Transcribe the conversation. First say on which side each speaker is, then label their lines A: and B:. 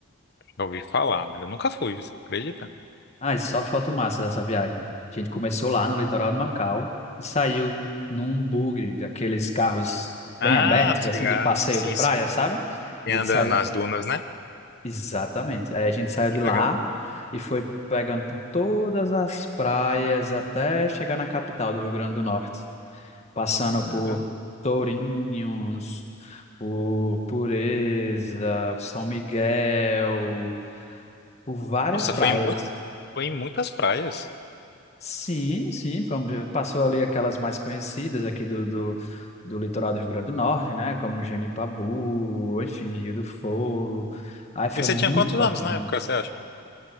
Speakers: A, on the left (about 50°); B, on the left (about 30°).
A: Já ouvi falar, mas eu nunca fui, você acredita?
B: Ah, e só foto massa dessa viagem. A gente começou lá no litoral de Macau e saiu num bugre daqueles carros bem
A: Ah,
B: abertos,
A: tô
B: assim,
A: ligado.
B: de passeio
A: Sim,
B: de praia,
A: sim.
B: sabe? A
A: E
B: gente
A: anda
B: saiu,
A: nas dunas, né?
B: exatamente. Aí a gente saiu
A: Que
B: de lá
A: legal.
B: e foi pegando por todas as praias até chegar na capital do Rio Grande do Norte. passando
A: Caramba.
B: por Tourinhos, por Pureza, São Miguel, por várias
A: Nossa,
B: praias.
A: foi em muito, foi em muitas praias.
B: Sim, sim, vamos, passou ali aquelas mais conhecidas aqui do, do, do litoral do Rio Grande do Norte, né? Como Genipabu, enfim, Rio do Fogo. Aí foi
A: E você
B: muito
A: tinha quantos
B: bacana.
A: anos na época, você acha?